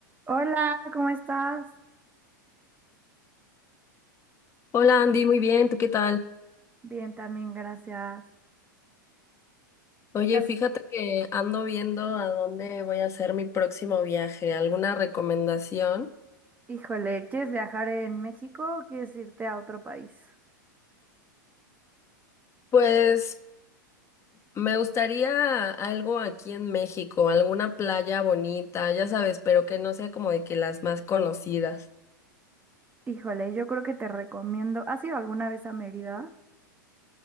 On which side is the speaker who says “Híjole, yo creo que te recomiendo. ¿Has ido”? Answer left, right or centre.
Right